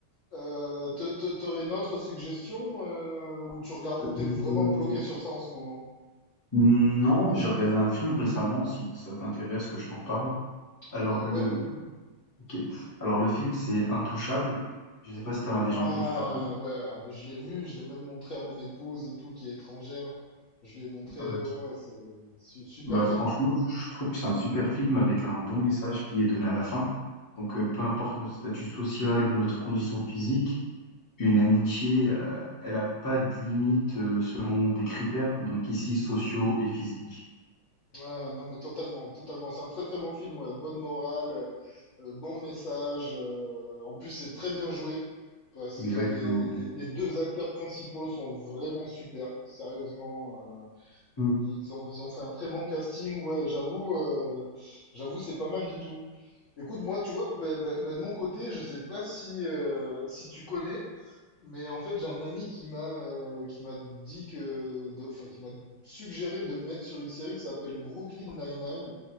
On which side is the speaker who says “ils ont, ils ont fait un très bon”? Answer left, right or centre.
Left